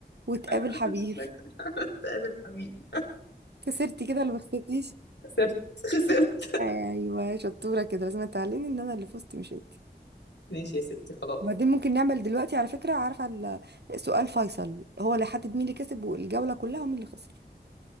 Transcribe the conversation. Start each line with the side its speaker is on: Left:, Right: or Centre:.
Right: وتقابل
Left: <laughs> انا
Right: حبيب
Left: مش فاكره
Right: <laughs>
Left: تقابل حبيبي
Right: خسرتي كده ولا ما خسرتيش
Left: خسرت خسرت
Right: ايوه شطورة كده لازم تعلمي ان انا اللي فزت مش انت
Left: ماشي يا ستي خلاص
Right: وبعدين ممكن نعمل دلوقتي على فكرة عارفة ال- سؤال فيصل هو اللي حدد مين اللي كسب والجولة كلها ومين اللي خسر